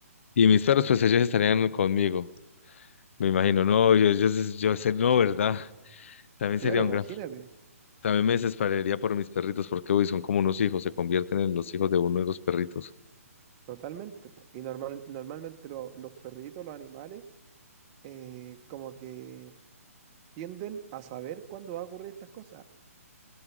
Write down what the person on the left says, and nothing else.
Y mis perros, pues ellos estarían conmigo, me imagino. No, yo, yo, yo sé, no, ¿verdad? <laughs> También
sería un
gran... También me desesperaría por mis perritos, porque uy, son como unos hijos, se convierten en los hijos de uno de los perritos.